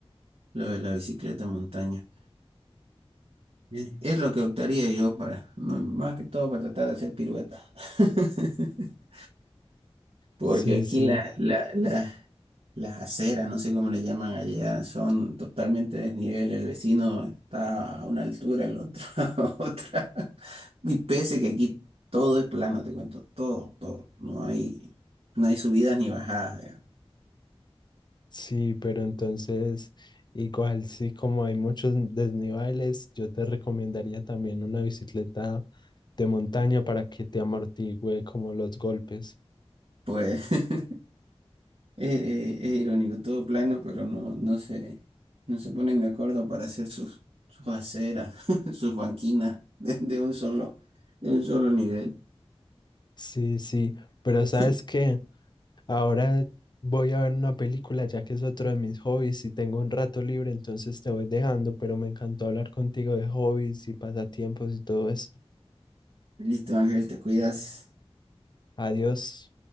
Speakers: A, on the right (about 65°); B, on the left (about 45°).
A: lo de la bicicleta de montaña. Bien. Es lo que optaría yo para, m- más que todo para tratar de hacer piruetas. <laughs> Porque
B: Sí,
A: aquí
B: sí,
A: la, la- la- Las aceras, no sé cómo le llaman allá, son totalmente desnivel. El vecino está a una altura, el otro <laughs> a otra. Y pese que aquí todo es plano, te cuento, todo, todo. No hay, no hay subidas ni bajadas. ya.
B: sí, pero entonces igual sí, como hay muchos desniveles, yo te recomendaría también una bicicleta de montaña para que te amortigüe como los golpes.
A: Pues <laughs> es, es- es irónico, todo plano, pero no, no se, no se ponen de acuerdo para hacer sus, sus aceras, <laughs> sus banquinas de, de un solo, de un solo nivel.
B: Sí, sí, pero
A: <laughs>
B: ¿sabes qué? Ahora voy a ver una película ya que es otro de mis hobbies y tengo un rato libre, entonces te voy dejando, pero me encantó hablar contigo de hobbies y pasatiempos y todo eso.
A: Listo, Ángel, te cuidas.
B: Adiós.